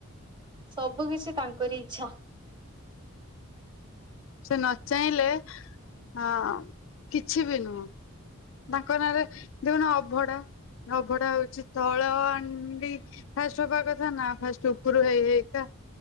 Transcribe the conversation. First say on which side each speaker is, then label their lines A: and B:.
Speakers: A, on the right (about 20°); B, on the left (about 65°).
A: ସବୁ କିଛି ତାଙ୍କରି ଇଚ୍ଛା।
B: ସେ ନଚାହିଁଲେ ଅ କିଛି ବି ନୁହଁ। ତାଙ୍କ ନାଁରେ ଦଖୁନ ଅଭଡା ଅଭଡା ହଉଛି ତଳ ଆଣ୍ଡି ଫାଷ୍ଟ ହବା କଥା ନା ଫାଷ୍ଟ ଉପରୁ ହେଇ ହେଇକା